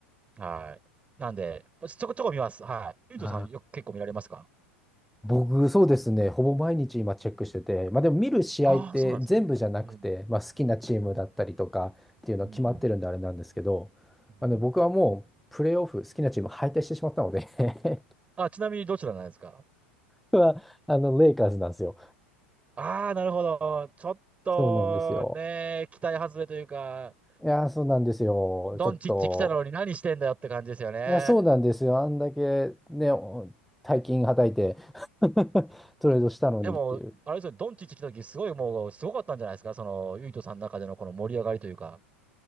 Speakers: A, on the right (about 20°); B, in the centre.
A: い、はい。なんで、ちょこちょこ見ます。はい。ゆうとさんよく結構見られますか
B: あ僕、そうですね。ほぼ毎日今チェックしてて、まあでも見る試合って全部じゃなくて、
A: ああー、そうなんですね。うん。
B: まあ好きなチームだったりとかっていうのは決まってるんであれなんですけど、
A: うん。うん。うん。うん
B: まあの僕はもうプレーオフ、好きなチーム敗退してしまったので <laughs>
A: あ、ちなみにどちらなんですか
B: 僕はあのレイカーズなんですよ。
A: ああー、なるほど。ちょっとね、
B: そうなんですよ。
A: 期待外れというか、
B: いやー、そうなんですよ。
A: ドンチッチ来たのに何してんだよって感じですよね。
B: ちょっと、いや、そうなんですよ。あんだけね、お大金はたいて <laughs> トレードしたのにっていう。
A: でも、あれですよね、ドンチッチ来た時すごいもう、すごかったんじゃないですかその、ユイトさんの中でのこの盛り上がりというか。